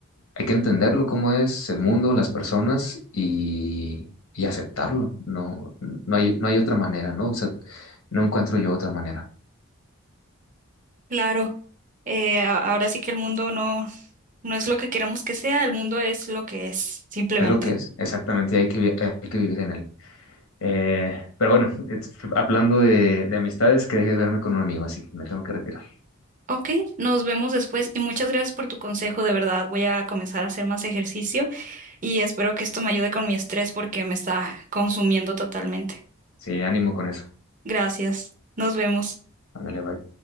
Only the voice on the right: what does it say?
Claro, eh, a- ahora sí que el mundo no, no es lo que queremos que sea, el mundo es lo que es, simplemente.
Ok, nos vemos después y muchas gracias por tu consejo, de verdad voy a comenzar a hacer más ejercicio y espero que esto me ayude con mi estrés porque me está consumiendo totalmente.
Gracias, nos vemos.